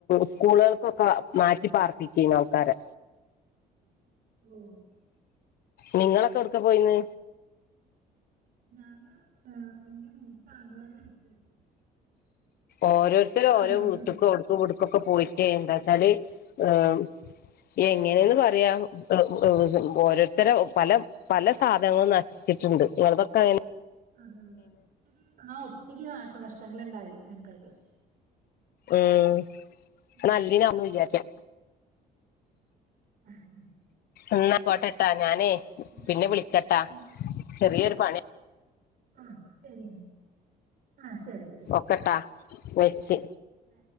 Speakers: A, on the left (about 65°); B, on the right (about 55°).
A: സ്കൂളുകൾക്കൊക്കെ മാറ്റി പാർപ്പിക്കെന്നു ആൾക്കാരെ.
B: ഓ
A: നിങ്ങളൊക്കെ എവ്ട്ക്കാപോയിന്ന്.
B: ഞാന് ഇ എന്റെ മൂത്ത ആങ്ങളേടെ വീട്ടിലേക്ക്‌.
A: ഓരോര്ത്തരും
B: ഞങ്ങളുടെ
A: ഓരോ വീട്ട്ക്ക്‌
B: വീട്ടിൽ
A: അവ്ട്ക്കും ഇവ്ട്ക്കൊക്കെ പോയ്റ്റേ എന്താച്ചാല് ഏ മ് എങ്ങനേന്ന് പറയാ ഒഴുകും ഓരോരുത്തര പല- പല സാധനങ്ങളും നശിച്ചിട്ടുണ്ട് ഇയാൾതൊക്കെ അങ്ങനെ-
B: അതെ അതെ ഒത്തിരി ആ ഒത്തിരി നാശനഷ്ടങ്ങളുണ്ടായി ഞങ്ങകൊക്കെ.
A: ഏഹ്
B: ഉം.
A: നല്ലീനാവുന്ന് വിചാരിക്ക.
B: അഹ്ഹ്
A: എന്നാ പോട്ടെട്ടാ ഞാനേ പിന്നെ
B: അത് കഴിഞ്ഞിട്ട്
A: വിളിക്കട്ടാ
B: പിന്നെ
A: ചെറിയൊരു പണി-
B: ആഹ് ശരിയ ആ ശരി ശരി.
A: ഒക്കട്ടാ വെച്ച്.
B: ആ,